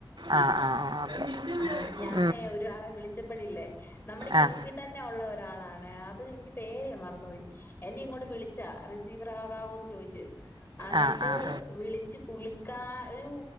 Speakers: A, on the right (about 65°); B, on the left (about 25°).
A: ആ ആ ഓക്കെ
B: ആഹ്
A: ആ
B: ഞാനേ ഒരാളെ വിളിച്ച പ്പൊയില്ലേ നമ്മുടെ ഗ്രൂപ്പിൽ
A: ആ
B: തന്നെ ഉള്ള ഒരാളാണ് അത് എനിക്ക് പേര് മറന്നു പോയി എന്നെ ഇങ്ങോട്ട് വിളിച്ച റി സീവറാകാവോന്ന് ചോയ്ച്ച് അന്നിട്ട്
A: ആ ആ
B: വിളിച്ച് പുളിക്കാ ഒരു